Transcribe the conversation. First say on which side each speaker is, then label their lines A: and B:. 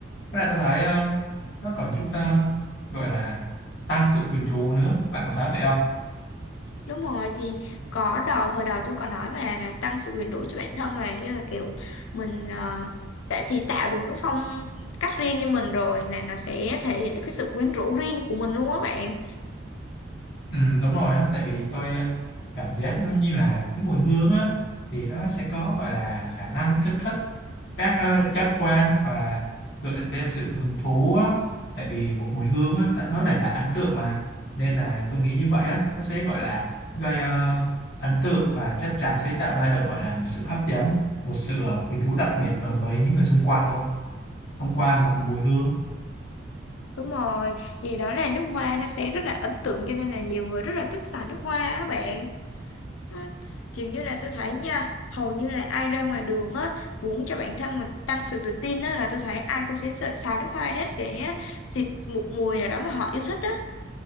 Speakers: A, on the left; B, on the left.
A: Với lại tôi thấy ờ, nó còn giúp ờ, gọi là tăng sự quyến rũ nữa. Bạn có thấy vậy không?
B: đúng rồi thì có đầu hồi đầu tôi còn nói mà là tăng sự quyền rũ cho bản thân là như là kiểu mình ờ, đã thì tạo được một cái phong cách riêng cho mình rồi là nó sẽ thể hiện được cái sự quyến rũ riêng của mình luôn á bạn
A: Ừ, đúng rồi á, tại vì tôi ờ, cảm giác nó như là những mùi hương á thì nó sẽ có gọi là khả năng kích thích các ờ, giác quan và gợi lên sự hứng thú á. Tại vì một mùi hương á, tại nó để lại ấn tượng mà. Nên là tôi nghĩ như vậy á, nó sẽ gọi là gây ờ, ấn tượng và chắc chắn sẽ tạo ra được gọi là một sự hấp dẫn, một sự ờ, quyến rũ đặc biệt đối với những người xung quanh luôn. thông qua một mùi hương
B: đúng rồi thì đó là nước hoa nó sẽ rất là ấn tượng cho nên là nhiều người rất là thích xài nước hoa đó bạn À, kiểu như là tôi thấy nha hầu như là ai ra ngoài đường á muốn cho bản thân mình tăng sự tự tin á là tôi thấy ai cũng sẽ sợ xài nước hoa hết sẽ xịt một mùi nào đó mà họ yêu thích á